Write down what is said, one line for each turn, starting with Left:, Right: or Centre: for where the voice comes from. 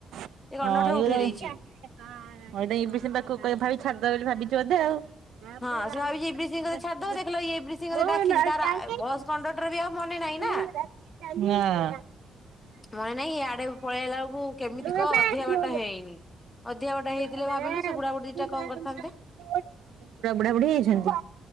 Right: ହଁ
Left: ଏ କଣ୍ଡକ୍ଟର ଉଠେଇ
Right: ଭାବି
Left: ଦେଇଛି।
Right: ଛାଡିଦ ବୋଲି ଭାବିଛ ବୋଧେ ଆଉ
Left: ହଁ ସେ ଭାବିଛି ଇବ୍ରି
Right: <unintelligible>
Left: ସିଂ ବୋଧେ ଛାଡିଦବ ଦେଖିଲା
Right: ହଁ
Left: ବେଳକୁ ଇବ୍ରି ସିଂ ବୋଧେ ଡାକିଛି
Right: ବୁୁରବଟ
Left: ତାର ବସ୍
Right: <unintelligible>
Left: କଣ୍ଡକ୍ଟର ବି ଆଉ ମନେ
Right: ହୁଁ
Left: ନାହିଁ ନା।
Right: ରା <unintelligible>
Left: ନଇଁ ନଇଁ ଆଡେ ପଳେଇଲା ବେଳକୁ, କେମିତି
Right: ନା।
Left: କହ ଅଧିକା ବାଟ ହେଇନି ଅଧା ବଟା
Right: ପୁରା
Left: ହେଇଥିଲେ ଭାବିଲୁ- ସେ ବୁଢାବୁଢ଼ୀ ଦିଟା କଣ କରିଥାନ୍ତେ?
Right: ବୁଢା ବୁଢୀ ହେଇଛନ୍ତି?